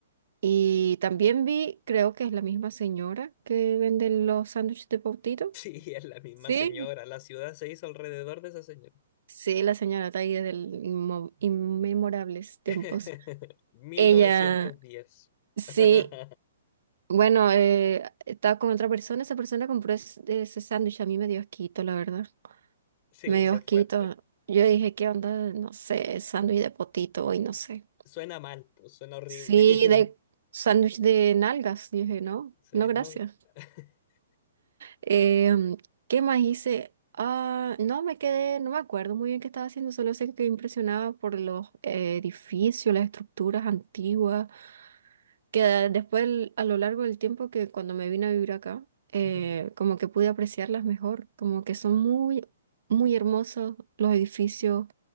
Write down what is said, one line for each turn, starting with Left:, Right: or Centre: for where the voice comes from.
Right: Y también vi, creo que es la misma señora que vende los sándwiches de pautito.
Left: Sí, es la misma
Right: Sí,
Left: señora, la ciudad se hizo alrededor de esa señora.
Right: Sí, la señora Taide del inmo- inmemorables tiempos.
Left: <laughs> 1910.
Right: Ella, sí,
Left: <laughs>
Right: bueno, eh, estaba con otra persona, esa persona compró es- ese sándwich, a mí me dio asquito, la verdad.
Left: Sí,
Right: Me dio
Left: sí
Right: asquito.
Left: es fuerte.
Right: Yo dije, ¿qué onda? No sé, sándwich de potito hoy, no sé.
Left: Suena mal, pues suena horrible.
Right: Sí, de
Left: <laughs>
Right: sándwich de nalgas, dije, no,
Left: Sí,
Right: no, gracias.
Left: no. <laughs>
Right: Em, ¿qué más hice? Ah, no me quedé, no me acuerdo muy bien qué estaba haciendo, solo sé que quedé impresionada por los eh, edificios, las estructuras antiguas, que de- después el- a lo largo del tiempo que cuando me vine a vivir acá, eh,
Left: Ujú.
Right: como que pude apreciarlas mejor, como que son muy, muy hermosos los edificios,